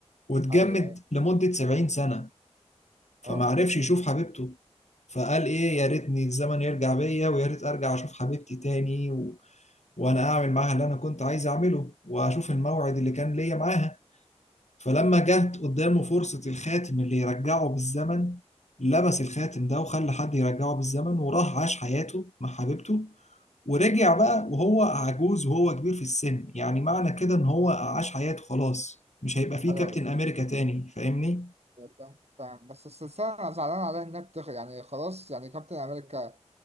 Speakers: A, on the left (about 80°); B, on the right (about 65°).
A: واتجمد
B: ايوه
A: لمدة 70 سنة فما
B: اه
A: عرفش يشوف حبيبته فقال ايه يا ريتني الزمن يرجع بيا ويا ريت ارجع اشوف حبيبتي تاني وانا اعمل معاها اللي انا كنت عايز اعمله واشوف الموعد اللي كان ليا معاها فلما جت قدامه فرصة الخاتم اللي يرجعه بالزمن لبس الخاتم ده وخلى حد يرجعه بالزمن وراح عاش حياته مع حبيبته ورجع بقى وهو عجوز وهو كبير في السن يعني معنى كده ان هو عاش حياته خلاص مش هيبقى فيه
B: ايوه
A: كابتن امريكا تاني فاهمني
B: فاهم فاهم بس السلسلة أنا زعلان عليها إنها بتخ يعني خلاص يعني كابتن أمريكا